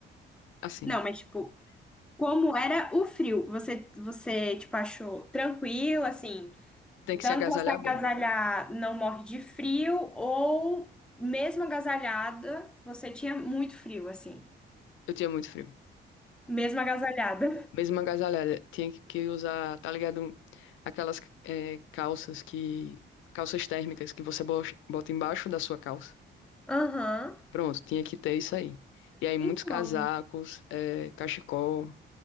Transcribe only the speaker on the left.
Assim,
tem
que se agasalhar
bem.
Eu tinha muito frio.
Mesmo agasalhada, tinha que que usar, tá ligado? Aquelas é, calças que. Calças térmicas que você bo- bota embaixo da sua calça.
Pronto, tinha que ter isso aí. E aí, muitos
casacos, é, cachecol,